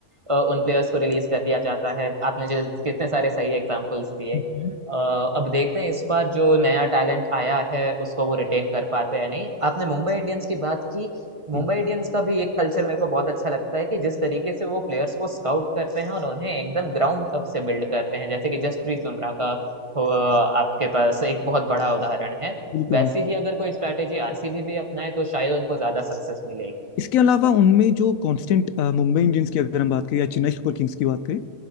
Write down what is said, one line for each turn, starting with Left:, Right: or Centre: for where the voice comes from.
Right: अ, उन प्लेयर्स को रिलीज कर दिया जाता है आपने जो कितने सारे सही एग्जांपल्स दिए
Left: हम्म,
Right: अ, अब देखते हैं इस बार जो नया टैलेंट आया है उसको वो रिटेन कर पाते हैं या नहीं आपने मुंबई इंडियंस की बात की मुंबई
Left: हम्म,
Right: इंडियंस का भी ये कल्चर मेरे को बहुत अच्छा लगता है कि जिस तरीके से वो प्लेयर्स को स्काउट करते हैं और उन्हें एकदम ग्राउंड अप से बिल्ड करते हैं जैसे कि जसप्रीत बुमराह का हो- अ, आपके पास एक बहुत बड़ा उदाहरण है
Left: बिल्कुल
Right: वैसी ही अगर कोई स्ट्रैटेजी आरसीबी भी अपनाए तो शायद उनको ज्यादा सक्सेस मिलेगी
Left: इसके अलावा उनमें जो कांस्टेंट मुंबई इंडियंस की अगर हम बात करें या चेन्नई सुपर किंग्स की बात करें